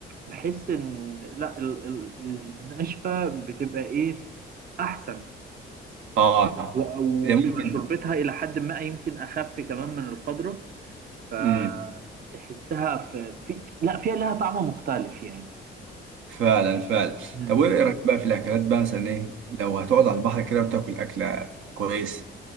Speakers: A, on the right (about 45°); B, on the right (about 85°).
A: بحس ان لا ال- ال- الناشفة بتبقى ايه احسن
B: آه
A: و- وبتبقى
B: هي ممكن
A: شربتها إلى حد ما يمكن أخف كمان من الخضرة فتحسها
B: مم.
A: في, في لا فيها لها طعم مختلف يعني
B: فعلا فعلا
A: مم.
B: طب وإيه رأيك بقى في الأكلات بقى مثلا إيه لو هتقعد على البحر كده وتاكل أكلة كويس